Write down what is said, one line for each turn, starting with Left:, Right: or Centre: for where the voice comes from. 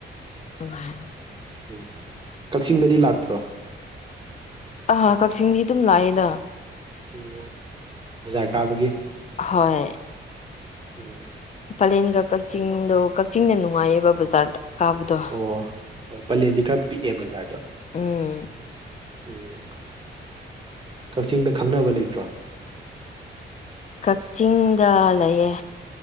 Left: <unintelligible>
Right: ꯎꯝ ꯀꯛꯆꯤꯡꯗꯗꯤ ꯂꯥꯛꯇ꯭ꯔꯣ
Left: ꯑꯍꯥ ꯀꯛꯆꯤꯡꯗꯤ ꯑꯗꯨꯝ ꯂꯥꯛꯑꯦꯗ
Right: ꯑꯣ ꯕꯖꯥꯔ ꯀꯥꯕꯒꯤ
Left: ꯍꯣꯏ
Right: ꯎꯝ
Left: ꯄꯂꯦꯟꯒ ꯀꯛꯆꯤꯡꯗꯣ ꯀꯛꯆꯤꯡꯅ ꯅꯨꯡꯉꯥꯏꯌꯦꯕ ꯕꯖꯥꯔꯗ ꯀꯥꯕꯗꯣ
Right: ꯑꯣ ꯍꯣꯏ ꯄꯂꯦꯟꯗꯤ ꯈꯔ ꯄꯤꯛꯑꯦ ꯕꯖꯥꯔꯗꯣ
Left: ꯎꯝ
Right: ꯎꯝ ꯀꯛꯆꯤꯡꯗ ꯈꯪꯅꯕ ꯂꯩꯇ꯭ꯔꯣ
Left: ꯀꯛꯆꯤꯡꯗ ꯂꯩꯌꯦ